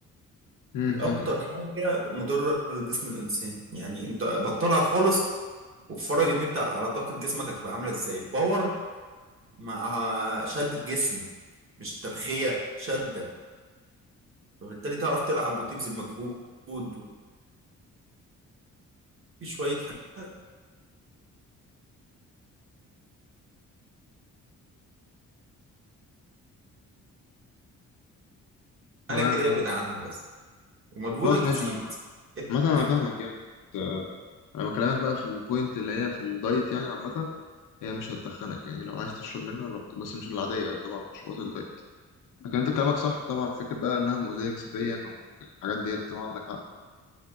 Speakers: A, on the left; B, on the right.
A: امم
B: دي اكتر
A: فاهمك
B: حاجه مضره لجسم الانسان يعني انت بطلها خالص واتفرج ان انت على طاقه جسمك هتبقى عامله ازاي باور مع شده جسم مش ترخيه شده فبالتالي تعرف تلعب وتبذل مجهود في شويه حاجات
A: تمام
B: انا كده
A: اه
B: ابعد عنها بس ومجهودك
A: خلاص ماشي
B: يزيد
A: آه،
B: إنت-
A: مثلا انا فاهمك يعني انا بكلمك بقى في البوينت اللي هي في الدايت يعني عامه هي مش هتخنك يعني لو عايز تشرب منها براحتك بس مش العاديه طبعا مشروبات الدايت لكن انت كلامك صح طبعا فكره بقى انها مؤذيه جسديا والحاجات ديت طبعا عندك حق